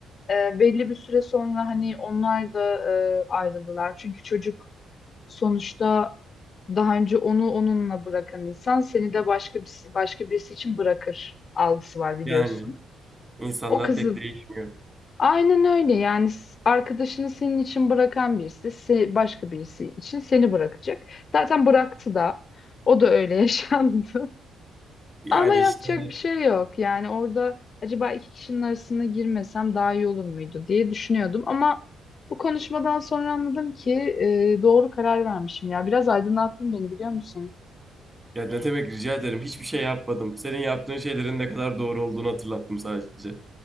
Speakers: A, on the left; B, on the right.
A: e, belli bir süre sonra hani onlar da e, ayrıldılar. Çünkü çocuk sonuçta daha önce onu onunla bırakan insan seni de başka bir başka birisi için bırakır algısı var biliyorsun.
B: Yani. İnsanlar
A: O kızın
B: pek değişmiyor.
A: aynen öyle yani s- arkadaşını senin için bırakan birisi se- başka birisi için seni bırakacak. Zaten bıraktı da o da öyle yaşandı. <laughs>
B: Yani
A: Ama yapacak
B: işte hani
A: bir şey yok. Yani orada acaba iki kişinin arasına girmesem daha iyi olur muydu diye düşünüyordum. Ama bu konuşmadan sonra anladım ki e, doğru karar vermişim ya. Biraz aydınlattın beni biliyor musun?
B: ya ne demek rica ederim hiçbir şey yapmadım. Senin yaptığın şeylerin ne kadar doğru olduğunu hatırlattım sadece.